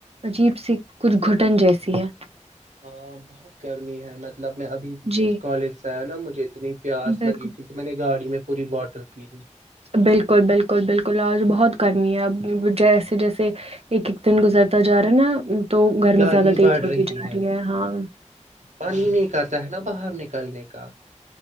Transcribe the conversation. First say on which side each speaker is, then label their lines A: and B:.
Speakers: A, on the right (about 55°); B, on the right (about 75°).
A: عجیب سی کچھ گھٹن جیسی ہے
B: ہاں بہت گرمی ہے میں مطلب میں ابھی
A: جی
B: کالج سے آیا نا مجھے اتنی پیاس
A: بالکل
B: لگی تھی کہ میں نے گاڑی میں پوری باٹل پی لیی
A: بالکل بالکل بالکل آج بہت گرمی ہے اب جیسے جیسے ایک ایک دن گزرتا جا رہا ہے نا تو
B: گرمی
A: زیادہ تیز
B: بڑھ
A: ہوتی
B: رہی
A: جا
B: ہے
A: ہاں
B: پانی نہیں کرتا ہے نا باہر نکلنے کا